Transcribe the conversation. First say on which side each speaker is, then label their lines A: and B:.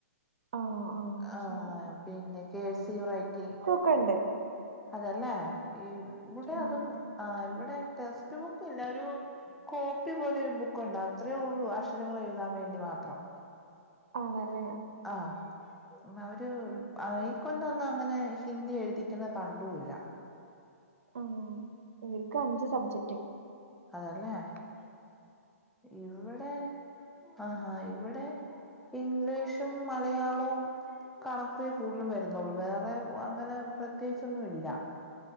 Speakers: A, on the right; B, in the centre.
A: ആണോ
B: ആഹ്
A: ശരി
B: പിന്നെ കെ സി റൈറ്റി
A: ക്കണ്ട്.
B: അതേല്ലേ? ഈ ഇവിടെ അതൊന്നു
A: ആഹ്
B: ആഹ് ഇവിടെ ടെക്സ്റ്റ് ബുക്കില്ല. ഒരു കോപ്പി പോലെ ഒരു ബുക്കുണ്ട്. അത്രയേ ഉള്ളൂ, അക്ഷരങ്ങൾ എഴുതാൻ വേണ്ടി മാത്രം.
A: ആണല്ലേ?
B: ആഹ്. അവര് ആയി കൊണ്ടൊന്നു അങ്ങനെ ഹിന്ദി എഴുതിക്കുന്നത് കണ്ടൂല്ല.
A: ഉം ഇവർക്ക് അഞ്ച് സബ്ജക്ട്.
B: അതേല്ലേ?
A: ആഹ്.
B: ഇവിടെ, ആഹ് ഹാ ഇവിടെ ഇംഗ്ലീഷ് ട്ടും മലയാളവും കണക്കുവെ കൂടുതലും വരുന്നുള്ളൂ. വേറെ അങ്ങനെ പ്രത്യേകിച്ചൊന്നും ഇല്ല.